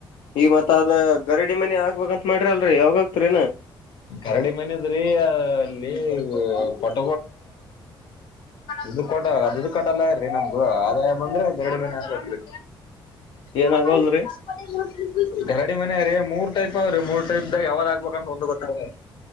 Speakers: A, on the left; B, on the left.
A: ಈ ಮತ್ ಅದ ಗರಡಿ ಮನಿ ಹಗ್ಬೇಕಂತ ಮಾಡ್ರಿ ಅಲ್ರರಿ ಯಾವಾಗಾಗಗ್ತರಿನಾ
B: ಗರಡಿ ಮನದ್ರಿ ಅಲ್ಲಿ ಪಟ ಇದು ಕಟ ಅದುದು ಕಟಲ್ಲ ಇರಿ ನಮ್ದು ಆದಾಯ ಬಂದ್ರೆ ಜಗಡಿ ಮತ್ರಿ
A: ಏನ್
B: ಹ
A: ಆಗವಲ್ರಿ
B: ಹ ನ ತಪ ಗರಡಿ ಮನ ರೀ ಮೂರ್ ಟೈಪ್ ಅವ್ರೀ ಮೂರ್ ಟೈಪ್ ದಾಗ ಯಾವಾಗ ಆಗ್ಬೇಕಂತ ಒಂದು ಗೊತ್ತ್ರೆ